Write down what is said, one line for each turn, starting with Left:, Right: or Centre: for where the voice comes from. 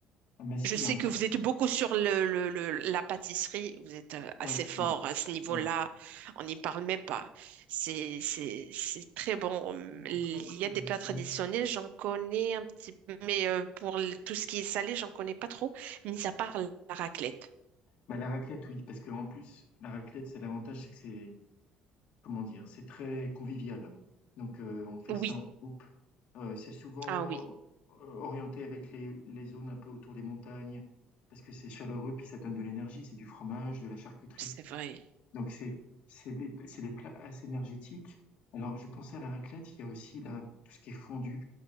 Left: bah, si,
Right: Je
Left: il
Right: sais
Left: y en
Right: que
Left: a
Right: vous êtes beaucoup sur le, le- le- la pâtisserie, vous êtes euh,
Left: ouais,
Right: assez fort
Left: ouais,
Right: à ce niveau-là,
Left: ouais.
Right: on n'y parle même pas. C'est, c'est, c'est très bon. Hum,
Left: Et en
Right: Il
Left: plat
Right: y
Left: traditionnel?
Right: a des plats traditionnels, j'en connais un petit peu, mais euh, pour le- tout ce qui est salé, j'en connais pas trop, mis à part la raclette.
Left: Bah, la raclette, oui, parce que en plus, la raclette, c'est l'avantage, c'est que c'est comment dire, c'est très convivial. Donc, euh, on fait
Right: Oui,
Left: ça en groupe. Euh, c'est souvent
Right: ah oui,
Left: euh, orienté avec les, les zones un peu autour des montagnes, parce que c'est chaleureux, puis ça donne de l'énergie. C'est du fromage, de la charcuterie.
Right: c'est vrai.
Left: Donc, c'est, c'est des, c'est des plats assez énergétiques. Alors, je pensais à la raclette, il y a aussi là, tout ce qui est fondu.